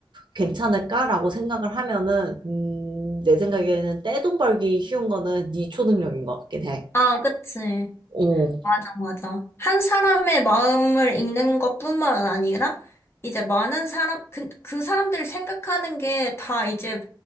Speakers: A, on the right; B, on the left.
A: 괜찮을까라고 생각을 하면은, 음, 내 생각에는 떼돈 벌기 쉬운 거는 네 초능력인 것 같긴 해.
B: 아, 그치.
A: 어,
B: 맞아, 맞아. 한 사람의 마음을 읽는 것뿐만 아니라, 이제 많은 사람, 그, 그 사람들 생각하는 게 다 이제,